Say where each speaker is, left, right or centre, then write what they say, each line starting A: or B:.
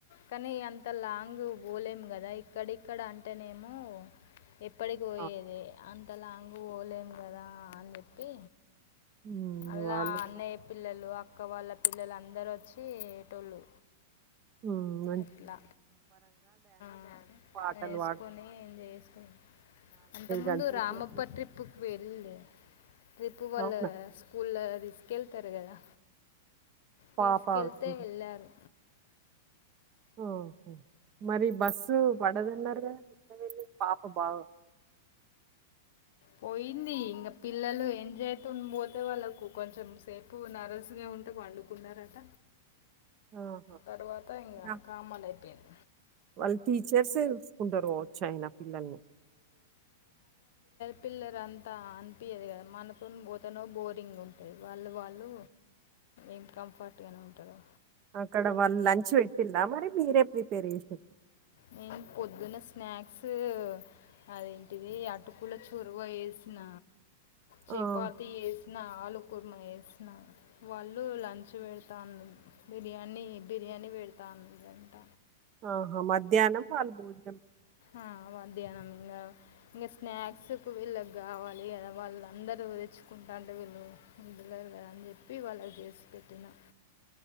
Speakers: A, on the left (about 65°); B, on the right (about 40°).
A: కానీ, అంత లాంగ్ పోలేము కదా! ఇక్కడిక్కడ అంటేనేమో, ఎప్పటికి పోయేది?
B: ఆ!
A: అంత లాంగ్ పోలేము కదా అని చెప్పి
B: హ్మ్.
A: అల్లా
B: వాళ్ళు
A: అన్నయ్య
B: గూడా
A: పిల్లలు, అక్క వాళ్ళ పిల్లలందరు వచ్చిటోళ్ళు
B: మ్
A: అట్లా మ్
B: పాటలు
A: వేసుకొని
B: పాడుతూ
A: ఏం చేసుకు అంతక్ ముందు
B: గంటల
A: రామప్ప
B: సేపు
A: ట్రిప్పుకి వెరిల్డి ట్రిప్పు వాళ్ళ
B: అవునా?
A: స్కూల్ ల తీస్ కెళ్తారు కదా! తీసుకెళ్తే
B: పాప వెళ్ళి
A: వెళ్ళారు.
B: ఓహో మరి బస్సు పడదన్నారు కదా! ఎట్ట వెల్లిన్ పాప బాగ
A: పోయింది ఇంక పిల్లలు ఎంజాయ్తోనా పోతే, వాళ్ళకు కొంచెం సేపు నర్వస్గా కుంట పండుకున్నారట.
B: ఆహా!
A: తర్వాత ఇంగ
B: యాహ్!
A: కామన్ అయిపోయింది.
B: వాళ్ళ టీచర్స్య్ చుసుకుంటారు కావచ్చు ఐనా పిల్లల్ని.
A: పిల్లరంతా అనిపియ్యదు కదా మనతోన పోతనో బోరింగ్ ఉంటుంది. వాళ్ళు వాళ్ళు ఏం కంఫర్ట్ గానే ఉంటరు.
B: అక్కడ వాళ్ళు లంచ్ పెట్టిందా మరి మీరే ప్రిపేర్ చేసిర
A: నేను పొద్దున స్నాక్స్ అదేంటిది అటుకుల చొరవ వేసిన. చపాతీ
B: ఆహా!
A: చేసిన, ఆలు కురుమ చేసిన. వాళ్ళు లంచ్ పెడతన్, బిర్యానీ, బిర్యానీ పెడతా అన్నరంట.
B: ఆహా మధ్యాహ్నం వాళ్ళు భోజనం
A: ఆ, మధ్యాహ్నం ఇంకా, ఇంగ స్నాక్స్ కు వీళ్ళకి కావాలి గద వాళ్ అందరూ తెచ్చుకున్ తింటాంటె వీళ్ళు ఉండలేరు కదా, అని చెప్పి వాళ్ళకి చేసి పెట్టినా.